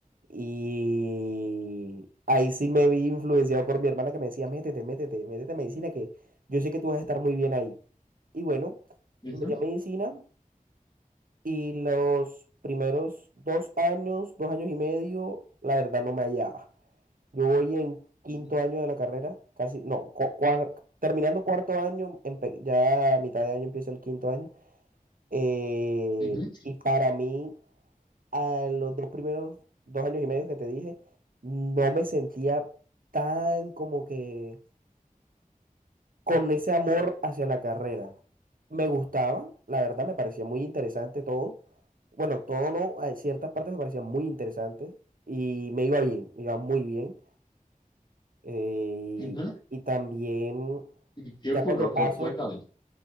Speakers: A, on the right (about 75°); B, on the left (about 30°).
A: y ahí sí me vi influenciado por mi hermana que me decía, métete, métete, métete a medicina, que yo sé que tú vas a estar muy bien ahí. Y bueno,
B: ujú,
A: me metí a medicina y los primeros dos años, dos años y medio, la verdad no me hallaba. Yo voy en quinto
B: ujú,
A: año de la carrera, casi, no, cu- cua- terminando cuarto año, empe- ya a mitad de año empieza el quinto año. Eh,
B: ujú,
A: y para mí, a los dos primeros dos años y medio que te dije, no me sentía tan como que con ese amor hacia la carrera. Me gustaba, la verdad, me parecía muy interesante todo. Bueno, todo no, eh, ciertas partes me parecían muy interesantes y me iba bien, me iba muy bien. Eh,
B: ujú.
A: y también,
B: ¿Y qué
A: ya
B: ocurrió?
A: cuando paso,
B: Cu- Cuéntame,